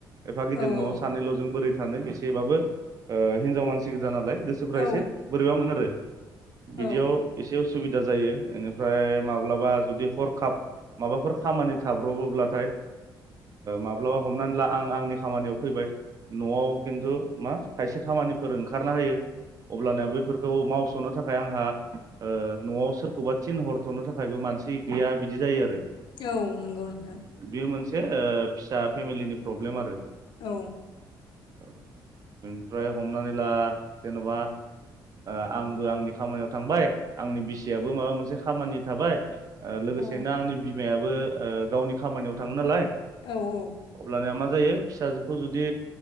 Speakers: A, on the right; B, on the left.
A: एफा गिदिर
B: औ
A: न'आव सानैल'जों बोरै थानो एसेबाबो ओ हिनजाव मानसि गोजा नालाय। गोसोफ्रा
B: औ
A: एसे बोरैब मोन आरो बिदियाव
B: औ
A: एसे उसुबिदा जायो बेनिफ्राय माब्ला बा जुदि हरखाब माबाफोर खामानि थाब्र'बोब्लाथाय माब्लाबा हमनानै ला आं आंनि खामानियाव फैबाय न'आव खिन्थु मा खायसे खामानिफोर ओंखारना होयो अब्लाना बैफोरखौ मावस'नो थाखाय आंहा ओ न'आव सोरखौबा थिन हरथ'नो था खायबो मानसि गैया बिदि जायो आरो।
B: औ नोंगौ नोंथां।
A: बेयो मोनसे फिसा फेमिलिनि प्रब्लेम आरो
B: औ
A: औ बेनिफ्राय हमनानै ला जेन'बा ओ आंबो आंनि खामानियाव थांबाय आंनि बिसियाबो माबा मोनसे खामानि थाबाय ओ लोगोसेनो
B: औ
A: आंनि बिमायाबो ओ गावनि खामानियाव थाङो नालाय
B: औ औ
A: अब्लानिया मा जायो फिसाजोखौ जुदि